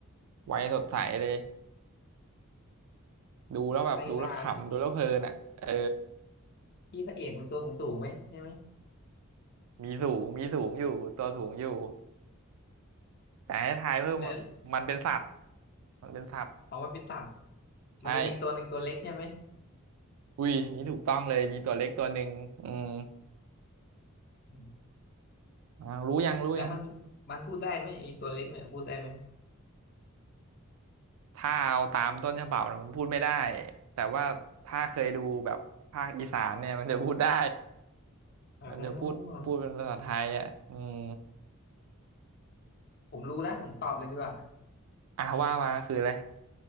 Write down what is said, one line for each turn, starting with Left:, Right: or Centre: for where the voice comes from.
Right: ไว้สดใสเลยดูแล้วแบบดูแล้วขำดูแล้วเพลินอ่ะเออ
Left: ไล่ล่าเนี่ยที่พระเอกมันตัวสูงสูงไหมใช่ไหม
Right: มีสูงมีสูงอยู่ตัวสูงอยู่แต่ให้ทายเพิ่มว่ามันเป็นสัตว์
Left: แล้ว
Right: มันเป็นสัตว์
Left: ออกมาเป็นสัตว์
Right: ใช่
Left: มันจะมีตัวหนึ่งตัวเล็กใช่ไหม
Right: อุ้ยนี่ถูกต้องเลยมีตัวเล็กตัวหนึ่งอืม
Left: อืม
Right: อ่ารู้ยังรู้ยัง
Left: แล้วมันมันพูดได้ไหมไอ้ตัวเล็กเนี่ยพูดได้ไหม
Right: ถ้าเอาตามต้นฉบับน่ะมันพูดไม่ได้แต่ว่าถ้าเคยดูแบบภาคอีสานเนี่ยมันจะพูดได้
Left: อ๋
Right: มันจะพูดพูดเป็นภาษาไทยอ่ะอืม
Left: อผมรู้แล้วผมตอบเลยดีกว่า
Right: อ่ะว่ามาคืออะไร